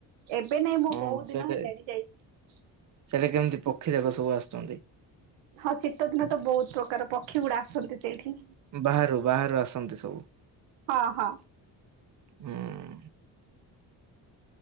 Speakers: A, on the right; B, on the right.
A: ଏବେ ନାଇଁ ମୁଁ
B: ହଁ
A: ବହୁତ ଦିନ
B: ସେଇଟା
A: ହେଲାଣି ଯାଇ
B: ସେଟା କେମିତି ପକ୍ଷୀ ଯାକ ସବୁ ଆସୁଛନ୍ତି
A: ହଁ ଶୀତ ଦିନ ତ ବହୁତ ପ୍ରକାର ପକ୍ଷୀ ଗୁଡ଼ା ଆସନ୍ତି ସେଇଠି।
B: ବାହାରୁ ବାହାରୁ ଆସନ୍ତି ସବୁ।
A: ହଁ ହଁ।
B: ହୁଁ।